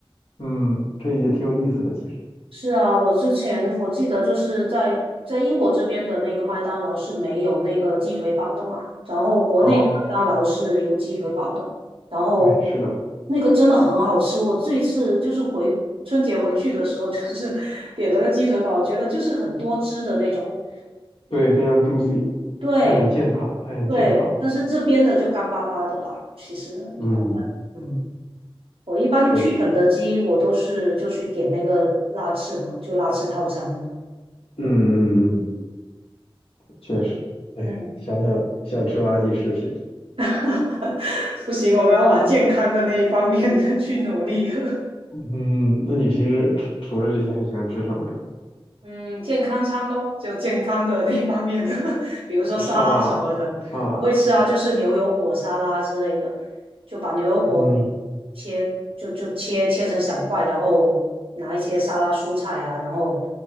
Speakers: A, on the left; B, on the right.
A: 嗯，这也挺有意思的，其实。
B: 是啊，我之前我记得就是在在英国这边的那个麦当劳是没有那个鸡腿堡的嘛，然后国内的麦当劳是有鸡腿堡的，
A: 啊，
B: 然后
A: 对，是的，
B: 那个真的很好吃。我这次就是回春节回去的时候，就是 <laughs> 点了个鸡腿堡，我觉得就是很多汁的那种，
A: 对，非常 juicy，
B: 对
A: 还很健康，还很健康，
B: 对，但是这边的就干巴巴的啦，其实一般般。
A: 嗯，
B: 嗯，我一般去肯德基，
A: 确实，
B: 我都是就去点那个辣翅嘛，就辣翅套餐的。
A: 嗯嗯嗯，确实，哎，
B: 嗯。
A: 想想想吃垃圾食品，
B: <laughs> 不行，我们要往健康的那一方面 <laughs> 去努力。<laughs>
A: 嗯，那你平时除除了这些还喜欢吃什么呀？
B: 嗯，健康餐咯，就健康的那一方面，<laughs> 比如说沙拉什么啊的，
A: 沙拉，沙拉。
B: 我会吃啊，就是牛油果沙拉之类的，就把牛油果给切，
A: 嗯。
B: 就就切切成小块，然后拿一些沙拉蔬菜啊，然后